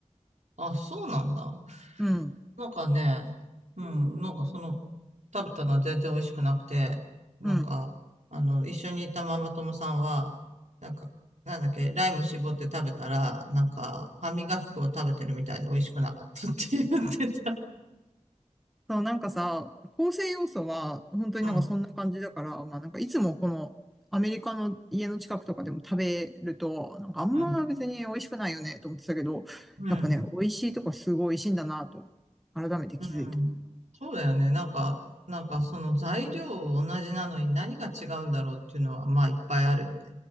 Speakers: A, on the right; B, in the centre.
A: あ、そうなんだ。
B: うん。
A: なんかね、うん、なんかその、食べたのは全然美味しくなくて、なんか、
B: うん。
A: あの、一緒にいたママ友さんは、なんか、なんだっけ、ライム絞って食べたら、なんか、歯磨き粉を食べてるみたいで美味しくなかったって言ってた。
B: そう、なんかさ、構成要素は本当になんかそんな感じだから、
A: うん、
B: まあなんかいつもこのアメリカの家の近くとかでも食べると、なんかあんま別に美味しくないよねと思ってたけど、
A: うん、うん。
B: やっぱね、美味しいとこすごい美味しいんだなと、改めて気づいた。
A: うん。そうだよね。なんか、なんかその材料同じなのに何が違うんだろうっていうのは、まあいっぱいあるよね。